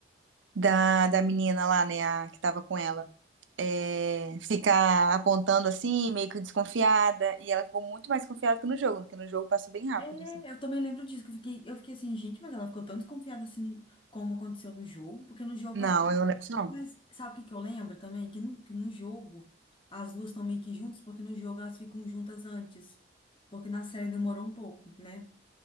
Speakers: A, on the right (about 90°); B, on the left (about 30°).
A: da, da menina lá, né? A, que tava com ela é, ficar apontando assim, meio que desconfiada. E ela ficou muito mais confiada que no jogo, porque no jogo passou bem rápido,
B: É,
A: assim.
B: eu também lembro disso, que eu fiquei, eu fiquei assim, gente, mas ela ficou tão desconfiada assim, como aconteceu no jogo, porque no jogo
A: Não,
B: parece.
A: eu não lembro, não.
B: Mas sabe o que que eu lembro também? Que no, que no jogo as duas estão meio que juntas, porque no jogo elas ficam juntas antes. Porque na série demorou um pouco, né?